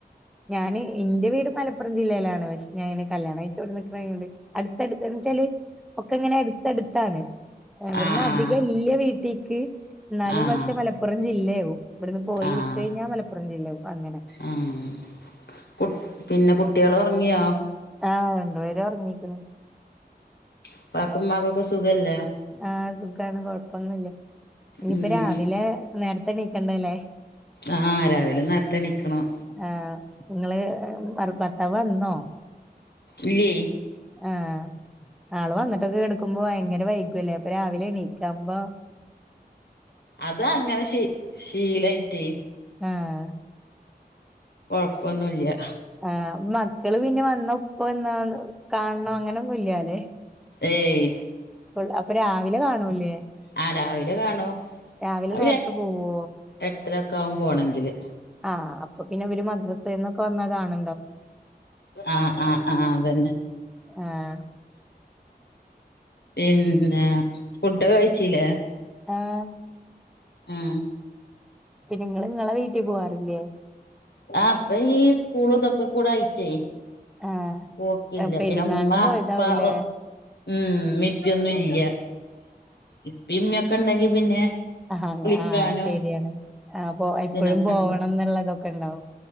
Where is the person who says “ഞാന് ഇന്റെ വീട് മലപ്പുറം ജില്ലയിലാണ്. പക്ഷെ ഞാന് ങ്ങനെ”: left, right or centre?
Centre